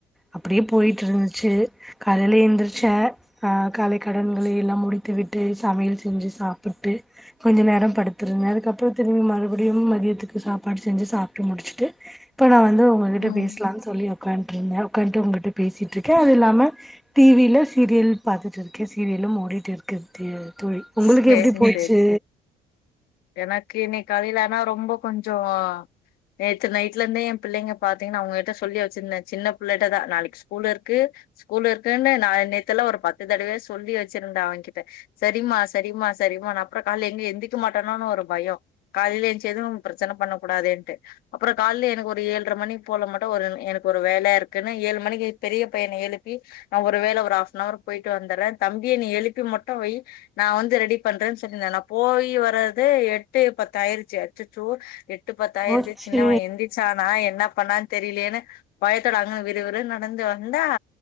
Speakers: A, in the centre; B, on the left (about 75°).
A: அப்படியே போயிட்ருந்துச்சு காலேல எந்துரிச்ச அ காலைக்கடன்களை எல்லாம் முடித்து விட்டு சமையல் செஞ்சு சாப்பிட்டு கொஞ்ச நேரம் படு துருந்த அதுக்கப்புறோ திரும் மறுபடியும் மதியத்துக்கு சாப்பாடு செஞ்சி சாப்ட்டு முடிச்சுட்டு இப்ப நா வந்து உங்ககிட்ட
B: ம்
A: பேசலான் சொல்லி உக்காந்ட்ருந்தே உக்காந்ட்டு உங்கள்ட்ட பேசிட்ருக்கே அது இல்லாம டிவில சீரியல் பாத்துட் இருக்கே சீரியல் இன்னும் ஓடிட் இருக்கு டி தோழி உங்குளுக்கு
B: சேரி
A: எப்பிடி போய்ச்சு
B: சேரி எனக்கு இன்னைக் காலையில ஆனா ரொம்ப கொஞ்சோ நேத்து நைட்ல இர்ந்தே எ பிள்ளைங்க பாத்தீங்ன்னா அவுங்ககிட்ட சொல்லி வச்சிருந்த சின்ன பிள்ளைட்டதா நாளிக் ஸ்கூல் இருக்கு ஸ்கூல் இருக்குன்னு நா நேத்தெல்லா ஒரு பத்து தெடவ சொல்லி வெச்சிருந்த அவங்கிட்ட செரிம்மா செரிம்மா செரிமா நா அப்புற கால்ல எங்க எந்திக்கு மாட் டானோனு ஒரு பயோ காலில ஏந்சதோ ப்ரெச்சன பண்ணக்கூடாதேந்ட்டு அப்புற கால்லே எனக்கு ஒரு ஏழ்ர மணி போல மட்டு ஒரு எனக் ஒரு வேல இருக்குன்னு ஏழு மணிக்கு பெரிய பையன எழுப்பி நா ஒரு வேல ஒரு ஹாஃப்னவர் போயிட்டு வந்தற்றே தம்பிய நீ எழுப்பி மட்டு வை நா வந்து ரெடி பண்றே செரி நா நா போயி வர அது எட்டு பத்தாயிருச்சு அச்சச்சோ எட் ட்டு பத்தாயிருச்சு
A: போச்சு
B: சின்னவ எந்திச்சானா என்ன பண்ணான் தெரிலியேனு பயத்தோட அங்க விறுவிறுன் நடந்து வந்தா